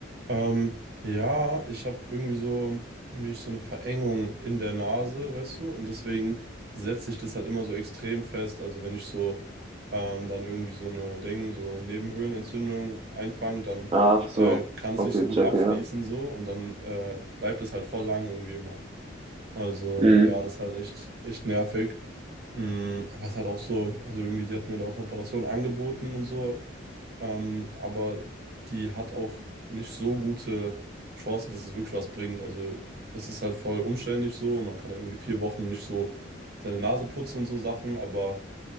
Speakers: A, on the right (about 55°); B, on the right (about 30°).
A: Ähm, ja, ich habe irgendwie so mich so eine Verengung in der Nase, weißt du? Und deswegen setze ich das halt immer so extrem fest. Also wenn ich so ähm, dann irgendwie so eine Ding, so Nebenhöhlenentzündung einfangen, dann
B: Ach so,
A: äh, kann es
B: okay,
A: nicht so gut
B: checke,
A: abfließen
B: ja.
A: so und dann äh, bleibt es halt voll lang irgendwie immer. Also
B: Mhm.
A: ja, das ist halt echt, echt nervig. Mm, aber es ist halt auch so, also irgendwie, die hat mir da auch eine Operation angeboten und so, ähm, aber die hat auch nicht so gute Chancen, dass es wirklich was bringt. Also es ist halt voll umständlich so und man kann da irgendwie vier Wochen nicht so seine Nase putzen und so Sachen, aber